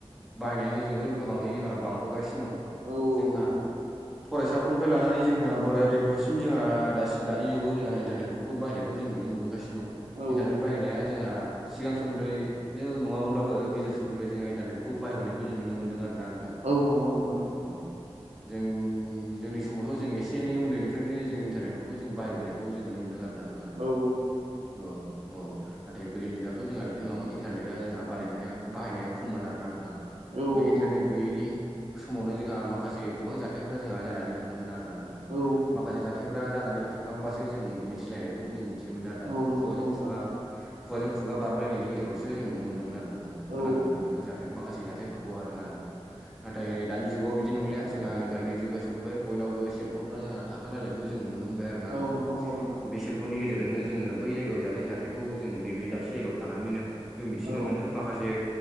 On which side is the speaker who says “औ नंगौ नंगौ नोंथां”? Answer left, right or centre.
Right